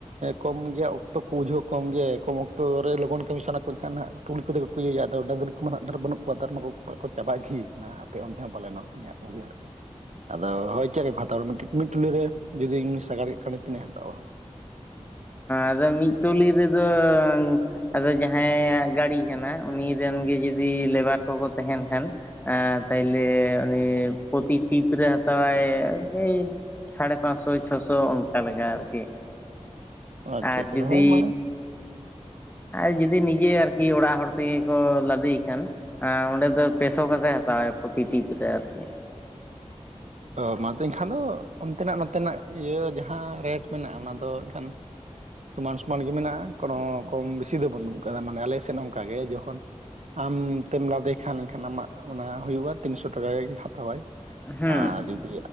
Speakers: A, on the right; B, on the left.
A: ᱠᱚᱢ ᱜᱮᱭᱟ ᱚᱠ ᱚᱠᱛᱚ ᱠᱚ ᱵᱩᱡᱷᱟᱹᱣ ᱠᱚᱢ ᱜᱮᱭᱟᱭ, ᱠᱚᱢ ᱚᱠᱛᱚ ᱨᱮ ᱞᱚᱜᱚᱱ ᱠᱟᱹᱢᱤ ᱥᱟᱱᱟ ᱠᱚ ᱮᱱᱠᱷᱟᱱ ᱦᱟᱸᱜ ᱴᱩᱞᱤ ᱠᱚᱫᱚ ᱠᱚ ᱤᱭᱟᱹᱭᱟ ᱟᱫᱚ ᱰᱟᱝᱨᱤ ᱢᱟ ᱦᱟᱜ ᱰᱷᱮᱨ ᱵᱟᱹᱱᱩᱜ ᱠᱚᱣᱟ ᱱᱮᱛᱟᱨ ᱢᱟ ᱠᱚ ᱪᱟᱵᱟ ᱤᱫᱤᱭ ᱠᱟᱱᱟ ᱟᱯᱮ ᱚᱱᱛᱮ ᱦᱚᱸ ᱯᱟᱞᱮᱱᱚᱜ ᱤᱧᱟᱹᱜ ᱩᱭᱦᱟᱹᱨ ᱟᱫᱚ ᱦᱚᱭ ᱪᱮᱫ ᱞᱮᱠᱟ ᱠᱚ ᱟᱫᱚ ᱦᱟᱛᱟᱣᱟ ᱴᱮᱱ ᱢᱤᱫ ᱴᱩᱞᱤ ᱨᱮ ᱡᱩᱫᱤᱧ ᱥᱟᱜᱟᱲ ᱠᱮᱫ ᱠᱷᱟᱱ ᱛᱤᱱᱟᱹᱜᱧ ᱦᱟᱛᱟᱣᱟ᱾
B: ᱟᱫᱚ ᱢᱤᱫ ᱴᱩᱞᱤ ᱨᱮᱫᱚᱻ ᱟᱫᱚ ᱡᱟᱦᱟᱸᱭᱟᱜ ᱜᱟᱹᱲᱤ ᱠᱟᱱᱟ ᱩᱱᱤ ᱨᱮᱱ ᱜᱮ ᱡᱩᱫᱤ ᱞᱮᱵᱟᱨ ᱠᱚᱠᱚ ᱛᱟᱦᱮᱱ ᱠᱷᱟᱱ ᱮ ᱯᱟᱭᱞᱮ ᱩᱱᱤ ᱯᱨᱚᱛᱤ ᱴᱤᱯ ᱨᱮ ᱦᱟᱛᱟᱣᱟᱭ ᱮᱭ ᱥᱟᱲᱮ ᱯᱟᱸᱪᱥᱚ ᱪᱷᱚᱥᱚ ᱚᱱᱠᱟ ᱞᱮᱠᱟ ᱟᱨᱠᱤ ᱾
A: ᱟᱪᱪᱷᱟ
B: ᱟᱨ
A: ᱟᱪᱪᱷᱟ
B: ᱡᱩᱫᱤ
A: ᱦᱳᱭ ᱢᱟᱱᱮ
B: ᱟᱨ ᱡᱩᱫᱤ ᱱᱤᱡᱮ ᱟᱨᱠᱤ ᱚᱲᱟᱜ ᱦᱚᱲ ᱛᱮᱜᱮ ᱠᱚ ᱞᱟᱫᱮᱭ ᱠᱷᱟᱱ ᱾ ᱚᱸᱰᱮ ᱫᱚ ᱯᱮᱥᱚ ᱠᱟᱛᱮᱫ ᱦᱟᱛᱟᱣᱟᱭ ᱯᱩᱛᱤ ᱴᱤᱯ ᱨᱮ ᱟᱨᱠᱤ ᱾
A: ᱚ ᱢᱟᱛᱚ ᱮᱱᱠᱷᱟᱱ ᱫᱚ ᱚᱱᱛᱮᱱᱟᱜ ᱱᱚᱛᱮᱱᱟᱜ ᱤᱭᱟᱹ ᱡᱟᱦᱟᱸ ᱨᱮᱴ ᱢᱮᱱᱟᱜᱼᱟ ᱚᱱᱟ ᱫᱚ ᱮᱱᱠᱷᱟᱱ ᱥᱚᱢᱟᱱ ᱥᱚᱢᱟᱱ ᱜᱮ ᱢᱮᱱᱟᱜᱼᱟ, ᱠᱳᱱᱳ ᱠᱚᱢ ᱵᱮᱥᱤ ᱫᱚ ᱵᱟᱹᱱᱩᱜ ᱠᱟᱫᱟ ᱢᱟᱱᱮ ᱟᱞᱮ ᱥᱮᱫ ᱚᱱᱠᱟ ᱜᱮ ᱡᱚᱠᱷᱚᱱ ᱟᱢ ᱛᱮᱢ ᱞᱟᱫᱮ ᱠᱷᱟᱱ ᱮᱱᱠᱷᱟᱱ ᱟᱢᱟᱜ ᱚᱱᱟ ᱦᱩᱭᱩᱜᱼᱟ ᱛᱤᱱᱥᱚ ᱴᱟᱠᱟ ᱜᱮ ᱦᱟᱛᱟᱣᱟᱭ ᱾
B: ᱦᱩᱸ
A: ᱟᱨ ᱡᱩᱫᱤ